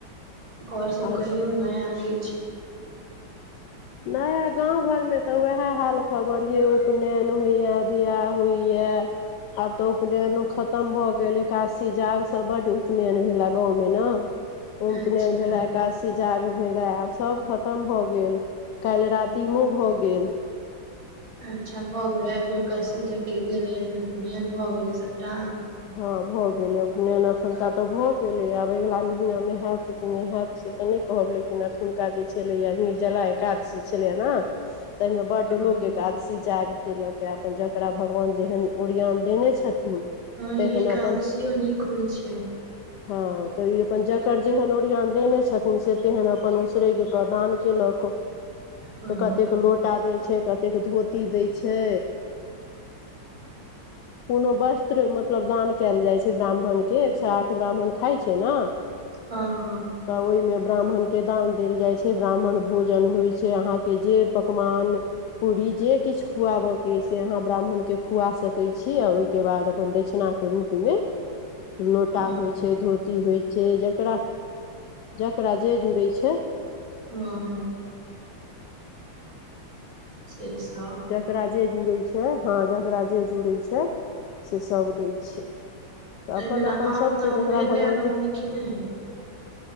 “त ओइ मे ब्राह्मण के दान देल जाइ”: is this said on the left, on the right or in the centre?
Left